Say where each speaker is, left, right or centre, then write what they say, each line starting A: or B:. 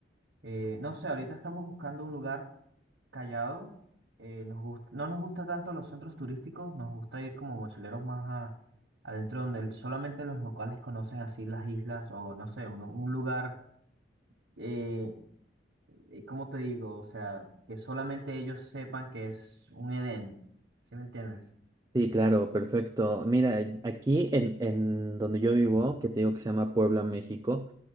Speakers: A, on the right; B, on the right.
A: Eh, no sé, ahorita estamos buscando un lugar callado. Eh, nos gust- no nos gusta tanto los centros turísticos, nos gusta ir como mochileros más a- adentro donde solamente los locales conocen así las islas o no sé, un, un lugar. eh, eh, ¿cómo te digo? O sea, que solamente ellos sepan que es un Edén. ¿Sí me entiendes?
B: Sí, claro, perfecto. Mira, aquí en, en donde yo vivo, que te digo que se llama Puebla, México,